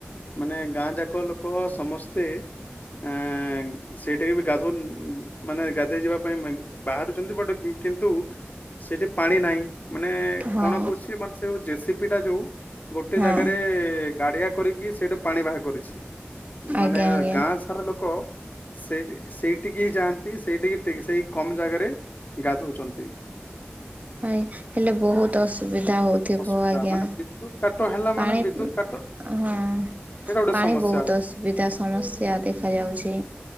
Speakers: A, on the left; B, on the right.
A: ମାନେ ଗାଁ ଯାକ ଲୋକ ସ୍ ସମସ୍ତେ ଅଁ ସେଇ ଟାଇମରେ ଗାଧଉନ୍ ମାନେ ଗାଧେଇ ଯିବା ପାଇଁ ମାଇଁ ବାହାରୁଚନ୍ତି ବଟ ଗି କିନ୍ତୁ ସେଠି ପାଣି ନାହିଁ। ମାନେ
B: ହଁ
A: କଣ କରୁଛି ମାନେ ସେ ଜେ ସିି ପି ଟା ଯୋଉ ଗୋଟେ
B: ହଁ
A: ଜାଗାରେ ଗାଡ଼ିଆ କରିକି ସେଇଠୁ ପାଣି ବାହାର କରିଛି।
B: ଆଜ୍ଞା
A: ମାନେ
B: ଆଜ୍ଞା
A: ଗାଁ ସାରା ଲୋକ ସେଇଠି ସେଇଠିକି ହିଁ ଯାଆ ତି ସେଇଠିକି ଟେ ସେଇ କମ ଜାଗାରେ ଗାଧୋଉଚନ୍ତି।
B: ଭାଇ ହେଲେ ବୋହୁତ ଅସୁବିଧା ହୋଉଥିବ
A: ଅସୁବିଧା
B: ଆଜ୍ଞା
A: ମାନେ ବିଦ୍ୟୁତ କାଟ ହେଲା ମାନେ
B: ପାଣି
A: ବିଦ୍ୟୁତ କାଟ
B: ହଁ
A: ସେଇଟା ଗୋଟେ
B: ପାଣି
A: ସମସ୍ୟା
B: ବୋହୁତ ଅସୁବିଧା ସମସ୍ୟା ଦେଖାଯାଉଚି।